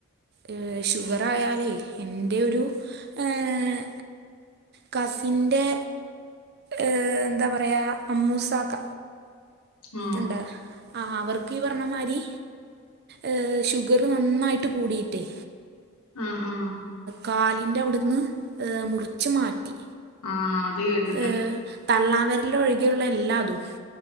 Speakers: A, on the right; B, on the left.
A: ഏഹ് ഷുഗറായാലേ ഇൻ്റെ ഒരു ഏഹ്. കസിൻ്റെ ഏഹ് എന്താ പറയാ അമ്മൂസാക്ക
B: ആ
A: ഇണ്ട് ആഹ് അവർക്ക്ഈ പറഞ്ഞ മാരി. ഏഹ് ഷുഗർ നന്നായിട്ട് കൂടീട്ടേ
B: ഉം ഉം
A: കാലിൻ്റെ അവിട്ന്ന് മുറിച്ച് മാറ്റി.
B: ആഹ് അത് കേട്ട്
A: ഏഹ് തള്ളാംവെര്ല് ഒഴികെയുള്ള എല്ലാതും.